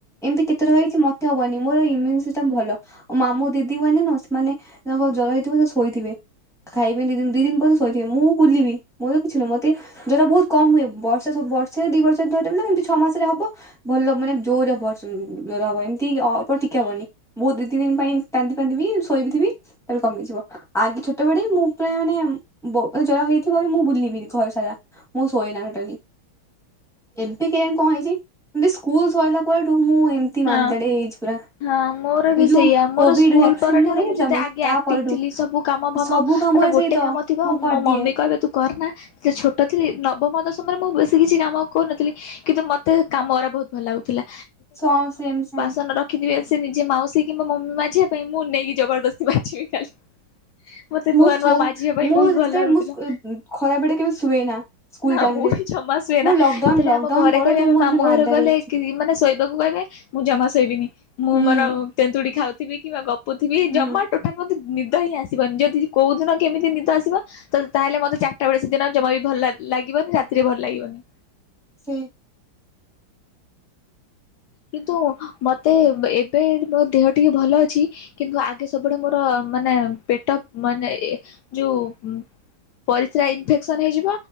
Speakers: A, in the centre; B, on the left.
A: ଏମ୍ତି କେତେ ଥର ହେଇଛି ମତେ ହବନି। ମୋର ଇମ୍ୟୁ ସିଷ୍ଟମ ଭଲ ମାମୁ ଦିଦି ମାନେ ନା ସେମାନେ ତାଙ୍କ ଜର ହେଇଥିବ ସେ ଶୋଇଥିବେ। ଖାଇବେନି ଦି ଦିନ୍ ପର୍ଯ୍ୟନ୍ତ ଶୋଇଥିବେ ମୁଁ ବୁଲିବି ମୋର କିଛି ନୁହଁ ମତେ ଜୋଉଟା ବୋହୁତ୍ କମ୍ ହୁଏ। ସେ ସବୁ ବର୍ଷେ ଦି ବର୍ଷ ଧରିଲେ ଏମ୍ତି ଛଅ ମାସରେ ହବ। ଭଲ ମାନେ ଜୋରେ ହବ ଜୋର୍ ହବ ଏମ୍ତି ଅଳ୍ପ ଟିକେ ହବନି। ବୋହୁତ୍ ଦି ତିନ୍ ଦିନ୍ ପାଇଁ କାନ୍ଦି କନ୍ଦିବି ଶୋଇବି ଥିବି ତା ପରେ କମିଯିବ। ଆଗେ ଛୋଟ ବଳେ ମୁଁ ପୁରା ମାନେ ବ ଜର ହେଇଥିବ ମୁଁ ବୁଲିବି ଘର ସାରା। ମୁଁ ଶୋଏନା ଟୋଟାଲି। ଏବେ କେୟାଣି କଣ ହେଇଛି ଏମତି ସ୍କୁଲ ସରିଲା ପରଠୁ ମୁଁ ଏମତି
B: ହଁ
A: ମାନ୍ଦାଳିଆ ହେଇ ଯାଇଛି ପୁରା।
B: ହଁ ମୋର ବି
A: ଏଇ ଯୋଉ
B: ସେଇଆ ମୋର
A: କୋଭିଡ
B: ସ୍କୁଲ
A: ଭ୍ୟାକ୍ସିନ
B: ପର ଠାରୁ
A: ନେଇନଥିଲୁ
B: ମୁଁ ଯେତେ
A: ଆମେ
B: ଆଗେ
A: ତା
B: ଆକ୍ଟିଭ
A: ପରଠୁ
B: ଥିଲି ସବୁ କାମ ଭାମ
A: ସବୁ କାମରେ
B: ମାନେ ଗୋଟେ
A: ସେଇତ
B: କାମ ଥିବ
A: ମୁଁ କରିଦିଏ
B: ମୋ ମମି କହିବେ ତୁ କରନା ସେ ଛୋଟ ଥିଲି ନବମ ଦଶମରେ ମୁଁ ବେଶୀ କିଛି କାମ କରୁନଥିଲି କିନ୍ତୁ ମତେ କାମ ଉରା ବହୁତ ଭଲ ଲାଗୁଥିଲା।
A: ସମ୍ ସେମ୍ ସେମ୍।
B: ସନ ରଖିଥିବେ ସେ ନିଜେ ମାଉସୀ କି ମୋ ମମି ମାଜିବା ପାଇଁ ମୁଁ ନେଇକି ଜବରଦସ୍ତି ମାଜିବି ଖାଲି। ମତେ
A: ମୁଁ
B: ନୂଆ
A: ସୋ
B: ନୂଆ ମାଜିବା ପାଇଁ
A: ମୁଁ
B: ବହୁତ
A: ଯେତେବେଳେ
B: ଭଲ ଲାଗୁଥିଲା
A: ମୁଁ ଖରା ବେଳେ କେବେ ଶୁଏ ନା। ସ୍କୁଲ
B: ଆ ହଁ
A: ଟାଇମ
B: ମୁଁ
A: ରେ
B: ବି ଜମା ସୁଏନା
A: ମୁଁ ଲକଡାଉନ
B: ଯେତେବେଳେ
A: ଲକଡାଉନ
B: ଆମ ଘରେ
A: ପରଠୁ
B: କହିବେ ଆମେ
A: ମୁଁ
B: ମାମୁ
A: ଏମିତି ମାନ୍ଦାରେ
B: ଘର ଗଲେ
A: ହେଇଛି
B: କି ମାନେ ଶୋଇବାକୁ କହିବେ ମୁଁ ଜମା ଶୋଇବିନି ମୁଁ
A: ହୁଁ
B: ମୋର ତେନ୍ତୁଡି ଖାଉଥିବି କିମ୍ବା ଗପୁଥିବି
A: ହୁଁ।
B: ଜମା ଟୋ ଟାଲ ମୋତେ ନିଦ ହିଁ ଆସିବନି ଯଦି କୋଉଦିନ କେମିତି ନିଦ ଆସିବ ତ ତାହେଲେ ମତେ ଚାରିଟା ବେଳେ ସେଦିନ ଜମା ବି ଭଲ ଲାଗ ଲାଗିବନି ରାତିରେ ଭଲ ଲାଗିବନି।
A: ସେଇ
B: କିନ୍ତୁ ମତେ ଏବେ ମୋ ଦେହ ଟିକେ ଭଲ ଅଛି କିନ୍ତୁ ଆଗେ ସବୁବେଳେ ମୋର ମାନେ ପେଟ ପ ମାନେ ଇଏ ଯୋଉ ଉଁ ପରିସ୍ରା ଇନଫେକ୍ସନ ହେଇଯିବ